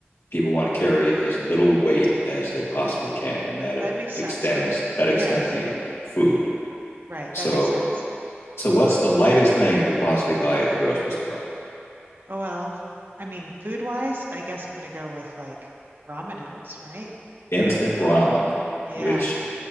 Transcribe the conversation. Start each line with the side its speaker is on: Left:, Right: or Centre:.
Left: people want to carry as little weight as they possibly can, and that
Right: That makes
Left: extends
Right: sense because,
Left: that extends
Right: yeah,
Left: to you know food.
Right: right.
Left: So
Right: That makes sense.
Left: so what's the lightest thing you could possibly buy at the grocery store?
Right: Oh, well, I mean, food wise, I guess I'm going to go with like ramen noodles, right?
Left: Instant ramen,
Right: Yeah.
Left: which